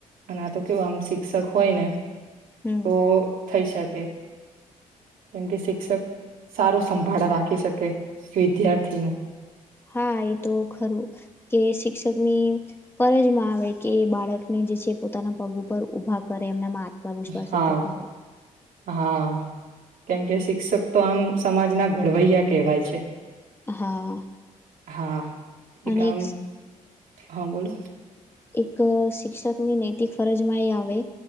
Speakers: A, on the right; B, on the left.
A: અને આ તો કેવું આમ શિક્ષક હોય ને
B: હમ
A: તો થઈ શકે. એમ કે શિક્ષક. સારું સંભાળ રાખી શકે વિદ્યાર્થીનું.
B: હા એ તો ખરું કે શિક્ષક ની ફરજમાં આવે કે બાળકને. જે છે પોતાના પગ ઉપર ઉભા કરે એમનામાં આત્મવિશ્વાસ
A: હા
B: ઉભો કરે.
A: હા કેમકે શિક્ષક તો આમ સમાજના ઘડવૈયા કહેવાય છે..
B: હા.
A: હા એ
B: અને
A: કામ
B: એક
A: હા બોલો.
B: એક શિક્ષક ની નૈતિક ફરજમાં એ આવે.